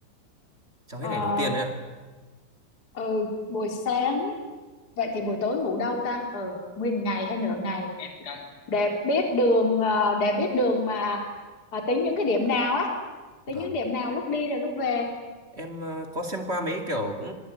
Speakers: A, on the right; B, on the left.
A: trong
B: ờ,
A: hết ngày đầu tiên đấy ạ.
B: ờ, buổi sáng vậy thì buổi tối ngủ đâu ta ừ nguyên ngày hay nửa ngày để biết đường ờ, để biết đường mà ờ, tính những cái điểm nào á
A: Vâng.
B: tính những điểm nào lúc đi rồi lúc về
A: Em ờ, có xem qua mấy kiểu cũng